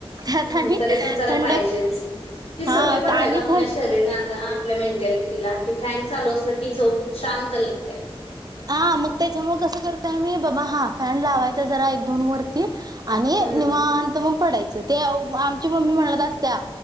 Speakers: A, on the right; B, on the left.
A: त्यात
B: हम्म
A: आणि
B: तरी पण जरा
A: थंड
B: पाहिजेच. ती
A: हा
B: सवय पडल्या
A: आणि
B: ग आपल्या
A: थंड
B: श रिराला, आपल्या मेंटॅलिटीला कि, फॅन चालू असल की, झोप शांत लागत्या.
A: हा मग त्याच्यामुळे कसं करतोय आम्ही, बाबा हा फॅन लावायचा जरा एक दोन वरती आणि
B: हम्म
A: निवांत मग पडायचं. ते आमची मम्मी म्हणत असत्या,